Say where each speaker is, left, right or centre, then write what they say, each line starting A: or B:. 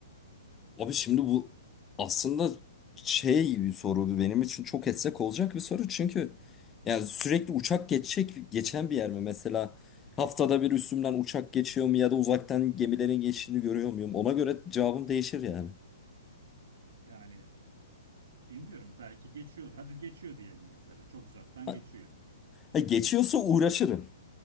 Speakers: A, on the left (about 20°); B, on the right (about 65°).
A: Abi şimdi bu aslında şey bir soru benim için çok etsek olacak bir soru çünkü yani sürekli uçak geçecek geçen bir yer mi mesela haftada bir üstümden uçak geçiyor mu ya da uzaktan gemilerin geçtiğini görüyor muyum ona göre cevabım değişir yani.
B: Yani bilmiyorum belki geçiyor. Hadi geçiyor diyelim mesela. Çok uzaktan
A: Ha,
B: geçiyor.
A: ha, geçiyorsa uğraşırım.